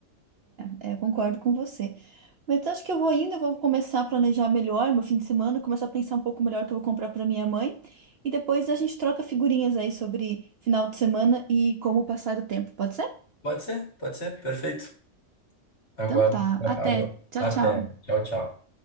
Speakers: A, on the right; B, on the left.
A: É, é, concordo com você. Mas eu acho que eu vou indo, eu vou começar a planejar melhor meu fim de semana, começar a pensar um pouco melhor o que eu vou comprar para minha mãe. E depois a gente troca figurinhas aí sobre final de semana e como passar o tempo, pode ser?
B: Pode ser, pode ser, perfeito. agora
A: Então tá, até.
B: Agu-
A: Tchau,
B: Até.
A: tchau.
B: Tchau, tchau.